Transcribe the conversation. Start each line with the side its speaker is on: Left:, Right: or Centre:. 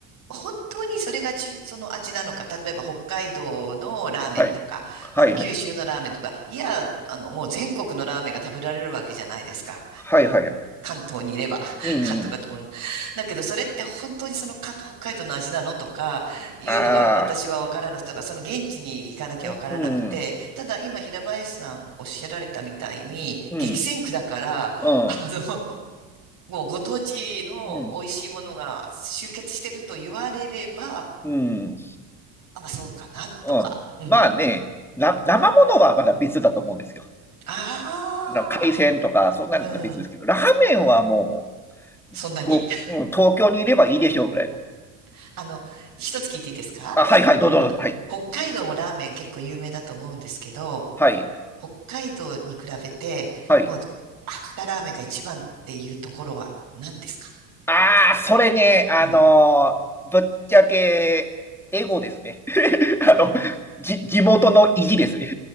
Right: 本当にそれがち、その味なのか、例えば北海道のラーメンとか、
Centre: はい。はい、
Right: あの、九州のラーメンとか、
Centre: はい。
Right: いや、あの、もう全国のラーメンが食べられるわけじゃないですか。
Centre: はい、はい、はい。
Right: 関東にいれば、<laughs>
Centre: うん、うん。
Right: 関東かとこの。だけど、それって本当にその関北海道の味なのとか、いうのが私はわからなくて、
Centre: ああ、
Right: とかその現地に行かなきゃわからなくて、
Centre: うん、うん、
Right: ただ今平林さんおっしゃられたみたいに、
Centre: うん、
Right: 激戦区だから、
Centre: うん、
Right: あの、もうご当地の美味しいものが集結してると言われれば、
Centre: うん、うん、うん。
Right: あ、まあそうかな、
Centre: うんまあね、
Right: とか。うん。
Centre: な、生ものはまだ別だと思うんですよ。
Right: あ
Centre: あの海鮮とか、そんなのは別ですけど、
Right: あ、うん。
Centre: ラーメンはも
Right: そんなに
Centre: う、と、うん、東京にいればいいでしょうぐらいの。
Right: <laughs> あの、一つ聞いていいですか
Centre: あ、はい、はい、どうぞどうぞ。
Right: あの、
Centre: はい、
Right: 北海道もラーメン結構有名だと思うんですけど、
Centre: はい、
Right: 北海道に比べて、
Centre: はい。
Right: もう、博多ラーメンが一番っていうところは何ですか
Centre: ああ、それね、あのーぶっちゃけ、
Right: うん。
Centre: エゴですね。<laughs> あの、じ、地元の意地ですね。